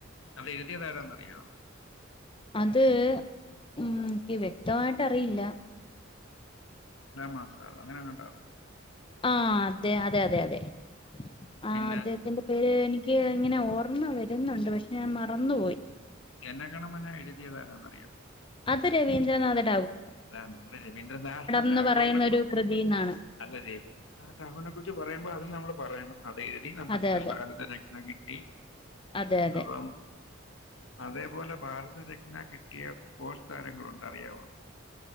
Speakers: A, on the left; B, on the left.
A: അത് എഴുതിയതാരന്ന് അറിയാവോ?
B: അത് ഉം. എനിക്ക് വ്യക്തമായിട്ടറിയില്ല.
A: കലാമാസ അങ്ങനെയെങ്ങാണ്ടാ.
B: ആ അതെ അതെ അതെ അതെ. ആ
A: പിന്നെ
B: അദ്ദേഹത്തിന്റെ പേര് എനി എനിക്ക് ഇങ്ങനെ ഓർമ്മ വരുന്നുണ്ട്. പക്ഷെ ഞാൻ മറന്നുപോയി.
A: ജന ഗണ മന എഴുതിയതാരാന്നറിയാവോ?
B: അത് രവീന്ദ്രനാഥൻ
A: അല്ല നമ്മള് രവീന്ദ്രനാഥ
B: എന്ന്
A: ടാഗോറിനെ
B: പറയുന്ന
A: കുറിച്ച്
B: ഒരു കൃതിന്നാണ്
A: അല്ല രവീന്ദ്രനാഥ ടാഗോറിനെ കുറിച്ച് പറയുമ്പോ അത് നമ്മൾ പറയണം. അതെഴുതി നമുക്ക്
B: അതെ അതെ
A: ഭാരതരത്ന കിട്ടി.
B: അതെ അതെ
A: അപ്പം അതേപോലെ ഭാരതരത്ന കിട്ടിയ സ്പോട്സ്താരങ്ങളുണ്ട്. അറിയാവോ?